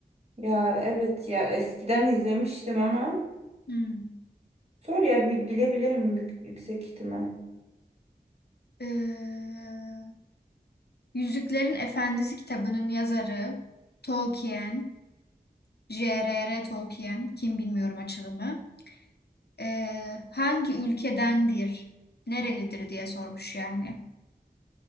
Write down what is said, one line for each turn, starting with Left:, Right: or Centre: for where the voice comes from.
Right: Ya evet ya eskiden izlemiştim ama
Left: Hmm.
Right: sor ya bil- bilebilirim yük- yüksek ihtimal.
Left: Eee, Yüzüklerin Efendisi kitabının yazarı Tolkien J.R.R. Tolkien, kim bilmiyorum açılımı. Ee, hangi ülkedendir, nerelidir diye sormuş yani.